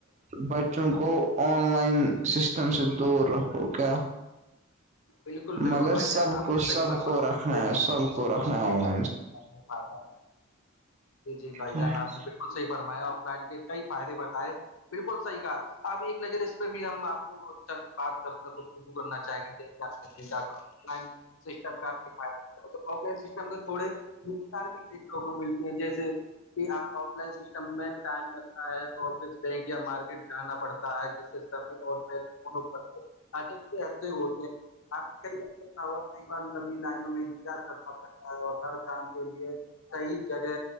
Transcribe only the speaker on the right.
بچوں کو آن لائن سسٹم سے دور رکھو کیا
مگر
سب
کو
سب
کو رکھنا ہے سب کو رکھنا ہوگا
ہاں
<inaudible>